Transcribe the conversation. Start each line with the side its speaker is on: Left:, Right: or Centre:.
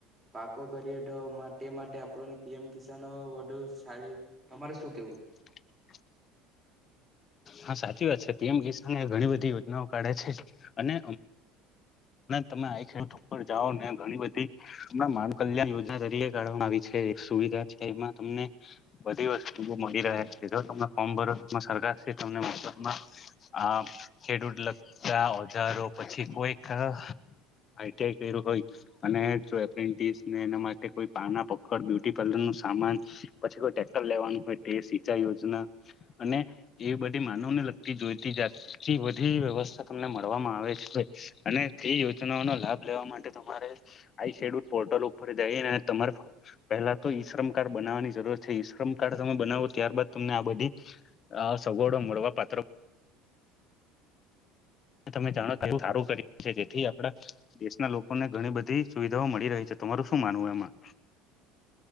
Right: પાકો કરીએ તો તે માટે આપડું ને પી એમ કિસનો વડુ સારી તમારે શું કેવું?
Left: <inaudible>
Right: <inaudible>
Left: હા સાચી વાત છે પી એમ કિસને એ ઘણી બધી યોજનાઓ કાઢે છે, અને તમે આ ખર જાઓ ને ઘણી બધી, હમણાં માન કલ્યાણ યોજના તરીકે કાઢવામાં આવી છે. સુવિધા છે એમાં તમને બધી વસ્તુ મળી રહે છે જો તમે ફોર્મ ભરો સરકાર તમને મબમાં આ ખેડૂત લગતા ઓજારો પછી કોઈ હા. આઈ ટી આઈ કર્યું હોય, અને જો એપ્રેન્ટિસ ને એના માટે કોઈ પાના પખડ બ્યુટી પાર્લર ન સામાન, પછી કોક્ટર લેવાનું હોય તે સિંચ યોજના, અને એ બધી માન લગતી જોઈતી જાતી બધી વ્યવસ્થા તમને મળવામાં આવે છે. અને તે યોજનાઓનો લાભ લેવા માટે તમારે આઈ શેડ્યુલ પોર્ટલ ઉપર જઈ અને તમારે પેલા તો ઈશ્રમ કાર્ડ બનાવાની જરૂર છે ઈશ્રમ કાર્ડ તમે બનાવો ત્યારબાદ તમને આ બધી આ સોગોડો મોડવા પાત્ર તમે જાણો એ સારું કરી છે જેથી આપણા દેશના લોકો કોને ઘણી બધી સુવિધાઓ મળી રહી છે. તમારું શું માનવું એમાં?